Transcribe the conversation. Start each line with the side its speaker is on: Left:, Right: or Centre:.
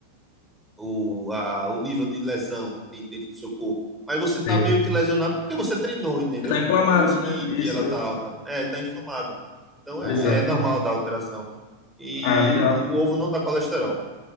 Centre: o, a, o nível de lesão que tem dentro do seu corpo. Mas você tá
Left: Sei.
Centre: meio que lesionado porque você treinou, entendeu?
Left: Você tá inflamado,
Centre: Por isso que,
Left: né? Isso,
Centre: que ela
Left: é.
Centre: tá alta. É, tá inflamado. Então
Left: exato.
Centre: é, é normal dar alteração. E,
Left: Ah, legal.
Centre: e o ovo não dá colesterol.